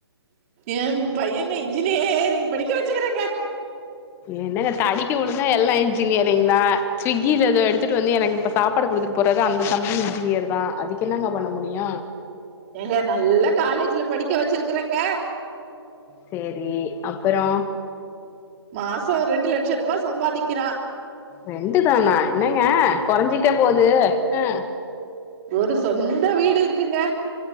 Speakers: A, on the right; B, on the left.
A: ஏம் பையன இன்ஜினியேரிங் படிக்க வச்சுக்குறேங்க
B: என்னங்க தடிக்கி வுழுந்தா எல்லா இன்ஜினியரிங் தா ஸ்விக்கில இதோ எடுத்துட்டு வந்து எனக்கு இப்ப சாப்பாடு குடுத்துட்டு போறது அந்த தம்பி இன்ஜினியர் தா அதுக்கு என்னங்க பண்ண முடியு
A: ஏங்க நல்ல காலேஜுல படிக்க வச்சிருக்குறேங்க
B: சேரி அப்புறோ
A: மாசொ ரெண்டு லட்ச ரூபா சம்பாதிக்கிறா
B: ரெண்டு தானா என்னங்க கொறஞ்சிட்டே போது ஆ
A: ஒரு சொந்த வீடு இருக்குங்க